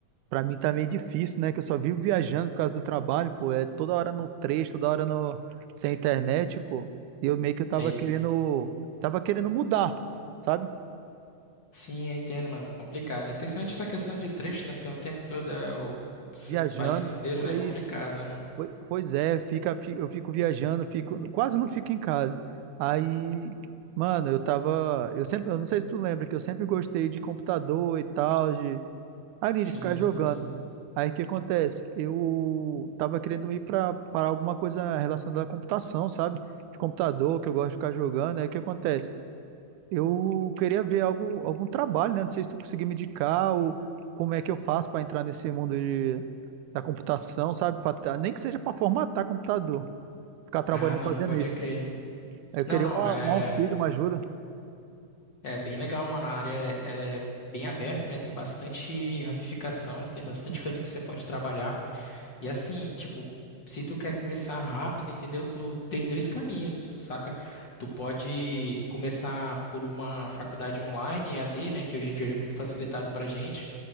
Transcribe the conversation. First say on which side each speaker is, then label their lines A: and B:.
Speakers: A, on the right; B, on the left.
A: Pra mim tá meio difícil, né? Que eu só vivo viajando por causa do trabalho, pô. É toda hora no trecho, toda hora no... sem internet, pô. E eu meio que eu tava
B: Aí,
A: querendo. Tava querendo mudar, sabe?
B: sim, eu entendo, mano. Complicado, né? Principalmente essa questão de trecho, né? Tem o tempo todo, é, o se-
A: Viajando.
B: país inteiro,
A: Pois,
B: né? É Complicado, né, mano?
A: pois é, fica, fi- eu fico viajando, fico. Quase não fico em casa. Aí, mano, eu tava. Eu sempre. Eu não sei se tu lembra que eu sempre gostei de computador e tal, de ali
B: Sim,
A: de ficar jogando.
B: sim.
A: Aí o que acontece? Eu tava querendo ir pra para alguma coisa relacionada à computação, sabe? De computador, que eu gosto de ficar jogando. Aí o que acontece? Eu queria ver algo, algum trabalho, né? Não sei se tu conseguir me indicar ou como é que eu faço para entrar nesse mundo de, da computação, sabe? Pra tra- nem que seja para formatar computador, ficar trabalhando
B: Ah, mano,
A: fazendo
B: pode
A: isso.
B: crer.
A: Eu queria
B: Não, não,
A: uma,
B: é.
A: um auxílio, uma ajuda.
B: É bem legal, mano. A área é, é bem aberta, né? Tem bastante ramificação, tem bastante
A: Uhum.
B: coisa que você pode trabalhar. E assim, tipo, se tu quer começar rápido, entendeu? Tu tem dois caminhos, saca? Tu pode começar por uma faculdade online, E a D, né? Que hoje em dia é muito facilitado pra gente.